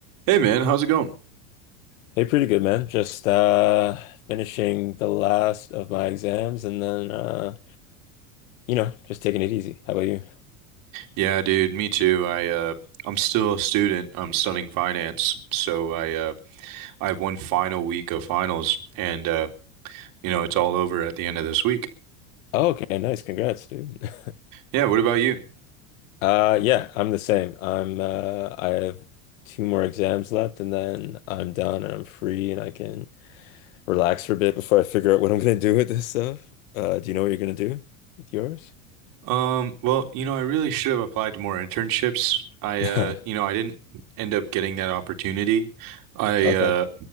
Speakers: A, on the right; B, on the left.
A: Hey man, how's it going?
B: Hey, pretty good, man. Just uh finishing the last of my exams and then uh you know, just taking it easy. How about you?
A: Yeah, dude, me too. I uh I'm still a student. I'm studying finance. So I uh I have one final week of finals and uh you know, it's all over at the end of this week.
B: Oh, okay, nice. Congrats, dude. <laughs>
A: Yeah, what about you?
B: Uh yeah, I'm the same. I'm uh I have two more exams left and then I'm done and I'm free and I can relax for a bit before I figure out what I'm gonna do with this stuff. Uh do you know what you're gonna do with yours?
A: Um, well, you know, I really should have applied to more internships. I
B: <laughs>
A: uh you know, I didn't end up getting that opportunity. I
B: Okay,
A: uh